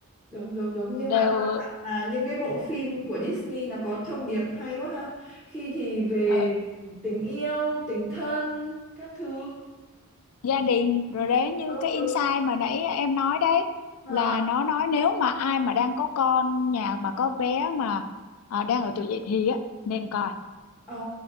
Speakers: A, in the centre; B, on the left (about 80°).
A: đúng đúng đúng nhưng
B: đều
A: mà quan trọng là những cái bộ phim của Disney nó có thông điệp hay quá ha khi thì về
B: ờ,
A: tình yêu tình thân các thứ
B: gia đình rồi đến như
A: đúng
B: cái insight
A: đúng
B: mà nãy em nói đấy
A: là
B: là nó nói nếu mà ai mà đang có con nhà mà có bé mà à, đang ở tuổi dậy thì á nên coi
A: ồ